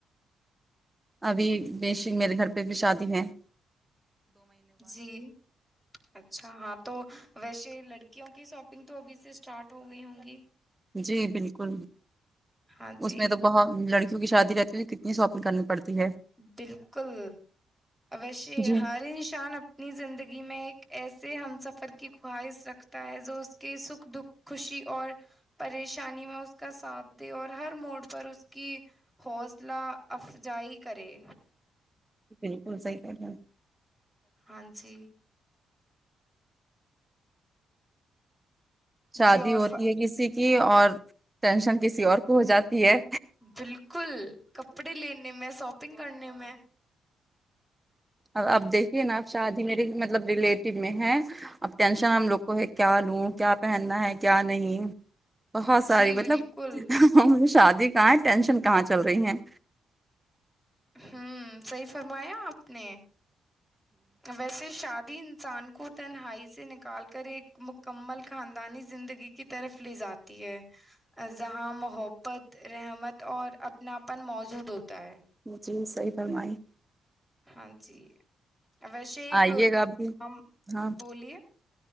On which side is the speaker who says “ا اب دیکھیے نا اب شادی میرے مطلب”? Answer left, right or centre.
Right